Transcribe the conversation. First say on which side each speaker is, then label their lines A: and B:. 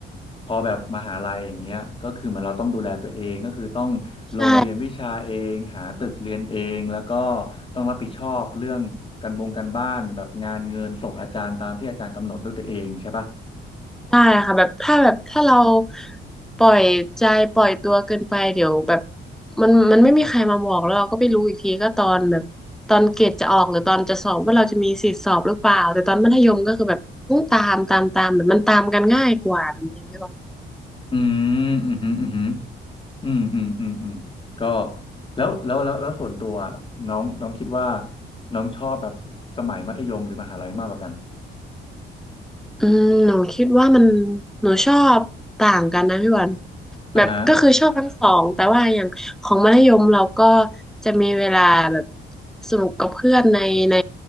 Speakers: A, on the left; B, in the centre.
A: พอแบบมหาลัยอย่างเงี้ยก็คือเหมือนเราต้องดูแลตัวเองก็คือต้องลงเรียนวิชาเองหาตึกเรียนเองแล้วก็
B: ใช่
A: ต้องรับผิดชอบเรื่องการบงการบ้านแบบงานเงินส่งอาจารย์ตามที่อาจารย์กำหนดด้วยตัวเองใช่ป่ะ
B: ได้ค่ะแบบถ้าแบบถ้าเราปล่อยใจปล่อยตัวเกินไปเดี๋ยวแบบมันมันไม่มีใครมาบอกแล้วเราก็ไปรู้อีกทีก็ตอนแบบตอนเกรดจะออกหรือตอนจะสอบว่าเราจะมีสิทธิสอบหรือเปล่าแต่ตอนมัธยมก็คือแบบต้องตามตามตามแบบมันตามกันง่ายกว่าแบบนี้พี่บอล
A: อืมอืมอืมอืม อืมอืมอืมอืมก็แล้วแล้วแล้วแล้วส่วนตัวน้องน้องคิดว่าน้องชอบแบบสมัยมัธยมหรือมหาลัยมากกว่ากัน
B: อืมหนูคิดว่ามันหนูชอบต่างกันนะพี่วัน
A: อ่าฮะ
B: แบบก็คือชอบทั้งสองแต่ว่าอย่างของมัธยมเราก็จะมีเวลาแบบสนุกกับเพื่อนในใน